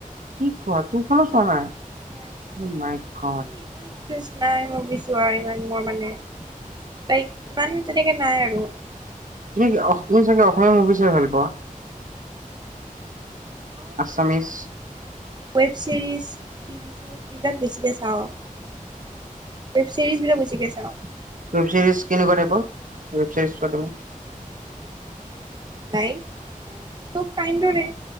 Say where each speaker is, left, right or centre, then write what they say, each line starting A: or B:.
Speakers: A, on the right; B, on the right.
A: কি কোৱা টু খনো চোৱা নাই।
B: মানে
A: অ মাই গড।
B: ইমান নাই মোৰ বিচৰা নাই ইমান মানে তাইক, ইমান তেনেকে নাই আৰু।
A: তুমি কি অস- তুমি চাগে অসমীয়া মুভি চাই ভাল পোৱা।
B: মাই
A: Assamese
B: ছাও web series. TV show এইবিলাক বেছিকে চাওঁ, ৱেব চিৰিজ বিলাক বেছিকে চাওঁ।
A: ৱেব চিৰিজ কেনেকোৱা টাইপৰ, ৱেব চিৰিজ চোৱা তুমি।
B: নাই। চব কাইণ্ডৰে।